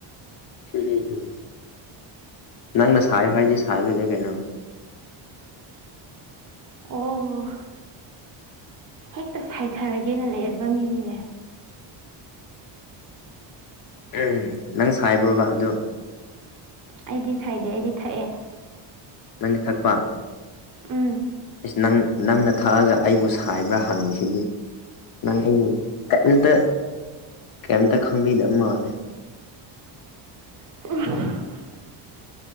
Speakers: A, on the left (about 50°); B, on the right (about 40°).
A: ꯀꯔꯤꯒꯤꯅꯣ ꯅꯪꯅ ꯁꯥꯏꯌꯣ ꯍꯥꯏꯗꯤ ꯁꯥꯏ ꯂꯣꯏꯔꯦ ꯀꯩꯅꯣ
B: ꯑꯣ ꯍꯦꯛꯇ ꯁꯥꯏꯊꯔꯒꯦꯅ ꯂꯩꯔꯕ ꯃꯤꯅꯤꯅꯦ
A: ꯎꯝ ꯅꯪ ꯁꯥꯏꯕ꯭ꯔꯣꯕ ꯑꯗꯨ
B: ꯑꯩꯗꯤ ꯁꯥꯏꯗꯦ ꯑꯩꯗꯤ ꯊꯛꯑꯦ
A: ꯅꯪꯗꯤ ꯊꯛꯄ
B: ꯎꯝ
A: ꯏꯁ ꯅꯪ ꯅꯪꯅ ꯊꯛꯑꯒ ꯑꯩꯕꯨ ꯁꯥꯏꯕ꯭ꯔꯥ ꯍꯪꯉꯤꯁꯤꯗꯤ ꯅꯪ ꯑꯩꯕꯨ ꯀꯩꯝꯇ ꯀꯩꯝꯇ ꯈꯪꯕꯤꯗꯕ ꯃꯥꯜꯂꯦ
B: <inaudible>